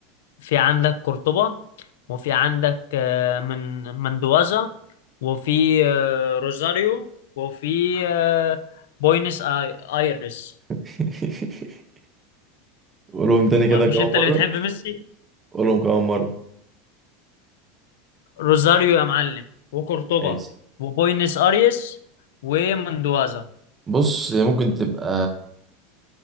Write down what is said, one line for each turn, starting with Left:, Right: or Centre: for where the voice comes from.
Left: في عندك قرطبة وفي عندك آه، من مندوازا وفي آه، روزاريو وفي آه، بوينس آي ايرس
Right: <laughs> قولهم تاني
Left: ما
Right: كده
Left: مش
Right: كمان
Left: انت
Right: مرة
Left: اللي بتحب ميسي
Right: قولهم كمان مرة
Left: روزاريو يا معلم وقرطبة
Right: ماشي
Left: وبوينس ايرس ومندوازا
Right: بص هي ممكن تبقى